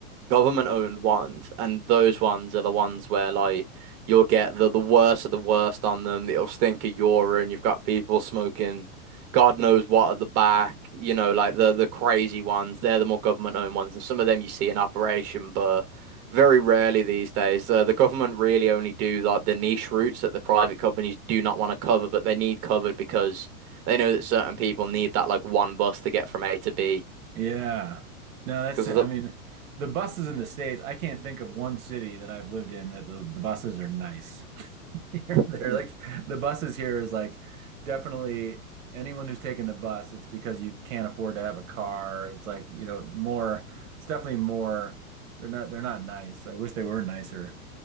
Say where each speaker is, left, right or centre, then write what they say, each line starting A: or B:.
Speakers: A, on the right; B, on the right.
A: government owned ones, and those ones are the ones where like you'll get the the worst of the worst on them. It'll stink of urine. You've got people smoking God knows what at the back. You know, like the the crazy ones. They're the more government owned ones, and some of them you see in operation, but very rarely these days. Uh, the government really only do like the niche routes that the private companies do not want to cover, but they need covered because. They know that certain people need that like one bus to get from A to B
B: Yeah. No, that's
A: because
B: it.
A: there's
B: I mean, the buses in the States, I can't think of one city that I've lived in that the, the buses are nice. <laughs> Here,
A: a
B: they're like the buses here is like definitely anyone who's taking the bus, it's because you can't afford to have a car. It's like, you know, more, it's definitely more, they're not, they're not nice. I wish they were nicer.